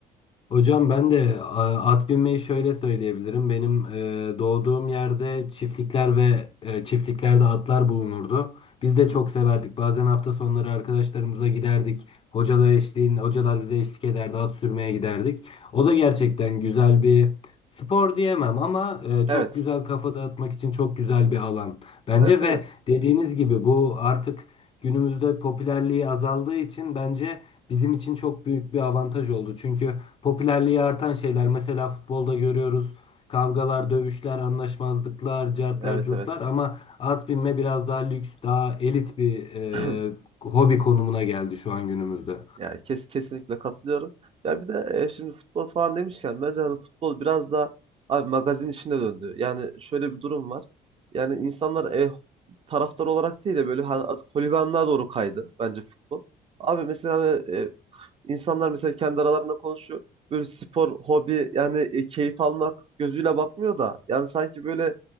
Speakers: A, on the left; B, on the right.
A: Hocam ben de a- at binmeyi şöyle söyleyebilirim. Benim e, doğduğum yerde çiftlikler ve e, çiftliklerde atlar bulunurdu. Biz de çok
B: Hı.
A: severdik. Bazen hafta sonları arkadaşlarımıza giderdik. Hocalar eşliğinde, hocalar bize eşlik ederdi. At sürmeye giderdik. O da gerçekten güzel bir spor diyemem ama e,
B: Evet.
A: çok güzel kafa dağıtmak için çok güzel bir alan. Bence
B: Evet
A: ve
B: evet.
A: dediğiniz gibi bu artık günümüzde popülerliği azaldığı için bence bizim için çok büyük bir avantaj oldu. Çünkü popülerliği artan şeyler. Mesela futbolda görüyoruz kavgalar,
B: Hı hı.
A: dövüşler, anlaşmazlıklar, cartlar,
B: Evet
A: curtlar
B: evet.
A: ama at binme biraz daha lüks, daha elit bir e,
B: <clears throat>
A: hobi konumuna geldi şu an günümüzde.
B: Yani kes, kesinlikle katılıyorum. Ya bir de e, şimdi futbol falan demişken bence hani futbol biraz da abi magazin işine döndü. Yani şöyle bir durum var. Yani insanlar e, taraftar olarak değil de böyle hani artık holiganlığa doğru kaydı bence futbol. Abi mesela hani, e, insanlar mesela kendi aralarında konuşuyor. Böyle spor, hobi yani e, keyif almak gözüyle bakmıyor da yani sanki böyle